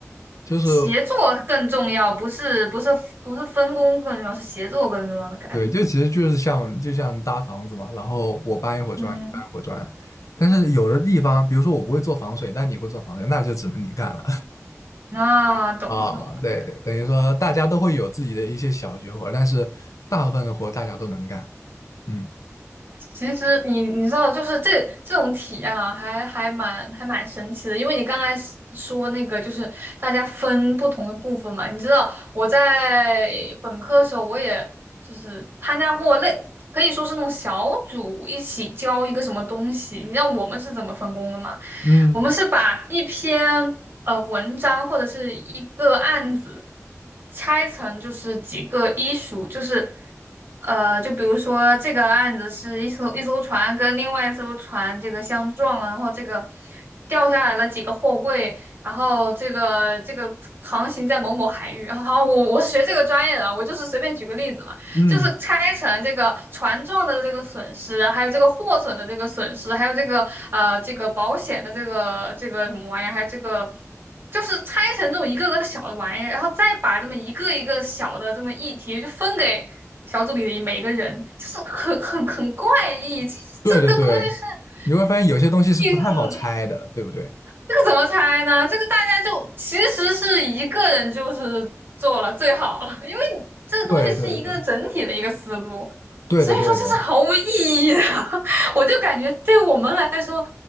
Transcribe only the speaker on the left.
就是
对，就其实就是像就像搭房子嘛，然后我搬一会儿砖，
你搬一会儿砖，但是有的地方，比如说我不会做防水，但你会做防水，那就只能你干了。
啊，对对，等于说大家都会有自己的一些小绝活，但是大部分的活大家都能干。嗯
嗯
嗯，
对对对，你会发现有些东西是不太好拆的，
对不对？
对对对，对的对的，